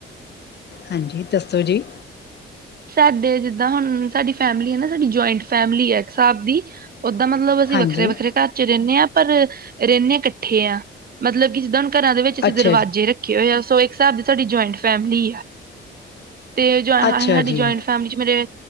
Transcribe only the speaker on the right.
ਸਾਡੇ ਜਿੱਦਾਂ ਹੁਣ, ਸਾਡੀ ਫੈਮਿਲੀ ਹੈ ਨਾ, ਸਾਡੀ ਜੁਆਇੰਟ ਫੈਮਿਲੀ ਹੈ ਇੱਕ ਹਿਸਾਬ ਦੀ। ਓਦਾਂ, ਮਤਲਬ ਅਸੀਂ
ਵੱਖਰੇ-ਵੱਖਰੇ ਘਰ'ਚ ਰਹਿੰਨੇ ਹਾਂ, ਪਰ ਰਹਿੰਨੇ ਇਕੱਠੇ ਆ। ਮਤਲਬ ਕਿ ਜਿੱਦਾਂ ਘਰਾਂ ਦੇ ਵਿੱਚ ਅਸੀਂ
ਦਰਵਾਜ਼ੇ
ਰੱਖੇ ਹੋਏ ਆ, ਸੋ ਇੱਕ ਹਿਸਾਬ ਦੀ ਸਾਡੀ ਜੁਆਇੰਟ ਫੈਮਿਲੀ ਆ। ਤੇ, ਅਂ
ਸਾਡੀ
ਜੋਆਇੰਟ ਫੈਮਿਲੀ'ਚ ਮੇਰੇ